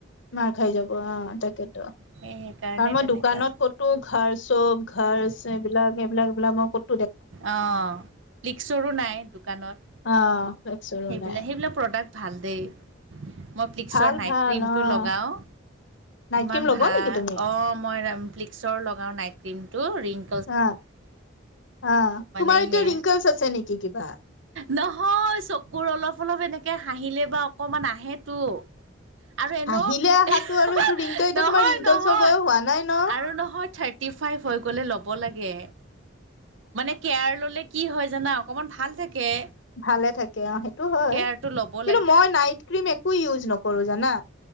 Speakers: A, on the left; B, on the right.
A: মাৰ খাই যাব অ তাকেতো।
B: সেই সেইকাৰণে
A: কাৰ মই
B: তেনেকুৱা
A: দোকানত কতো ঘাৰ চপ ঘাৰচে এইবিলাক এইবিলাক এইবিলাক মই ক
B: অঁ', ফ্লিকচৰো নাই দোকানত।
A: অ'। ফ্লেক্সৰো
B: সেইবিলাক
A: নাই
B: সেইবিলাক প্ৰডাক্ট ভাল দেই, মই ফ্লিক্সৰ
A: ভাল
B: নাইট
A: ভাল
B: ক্ৰীমটো
A: অ
B: লগাওঁ।
A: নাইট
B: ইমান
A: ক্ৰীম লগোৱা
B: ভাল,
A: নেকি তুমি?
B: অ' মই ৰা ফ্লিক্সৰ লগাও নাইট ক্ৰীমটো ৰিং
A: আ, আ,
B: মানে
A: তোমাৰ এতিয়া
B: সেয়া
A: ৰিংকালছ আছে নেকি কিবা?
B: নহয়, চকুৰ অলপ অলপ এনেকে হাঁহিলে বা অকমান আহেতো। আৰু এনেও
A: হাঁহিলে আহাটো
B: এহে
A: আৰু সেইটো
B: হে
A: ৰিংকল এতিয়া
B: নহয়
A: তোমাৰ ৰিংকলচৰ
B: নহয়
A: বয়স হোৱা নাই ন?
B: আৰু নহয় থে টি ফাইভ হৈ গ'লে ল'ব লাগে। মানে কেয়াৰ ললে কি হয় জানা? অকমান ভাল থাকে।
A: ভালে থাকে অ সেইটো হয়
B: কেয়াৰটো ল'ব
A: কিন্তু
B: লাগে
A: মই নাইট ক্ৰীম একো ইউজ নকৰো জানা।